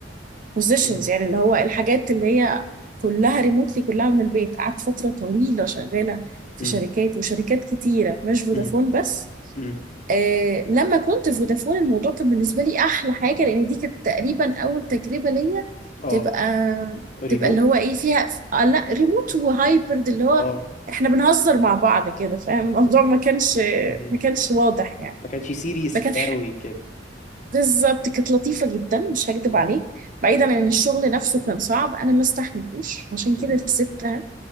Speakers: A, on the right; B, on the left.
A: بوزيشنز
B: مم.
A: يعني اللي هو الحاجات اللي هي كلها ريموتلي كلها من البيت قعدت فترة طويلة شغالة في
B: مم.
A: شركات وشركات كتيرة مش فودافون
B: مم.
A: بس
B: مم.
A: آه لما كنت في فودافون الموضوع كان بالنسبة لي أحلى حاجة لأن دي كانت تقريبا أول تجربة ليا
B: اه
A: تبقى
B: ريموت
A: تبقى اللي هو إيه فيها آه لا ريموت وهايبرد اللي هو
B: اه
A: إحنا بنهزر مع بعض كده فاهم الموضوع ما كانش
B: مهم.
A: ما كانش واضح يعني
B: ما كانش سيريس
A: فكانت
B: قوي كده
A: بالظبط كانت لطيفة جدا مش هكدب
B: مم.
A: عليك بعيدا عن الشغل نفسه كان صعب أنا ما استحملتوش عشان
B: مم.
A: كده سبتها